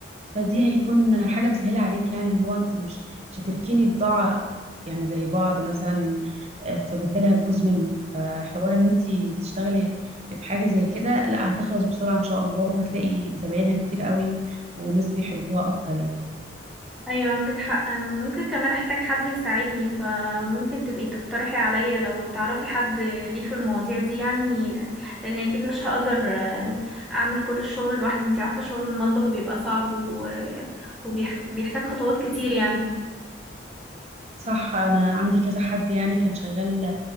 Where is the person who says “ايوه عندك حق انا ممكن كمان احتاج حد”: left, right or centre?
Centre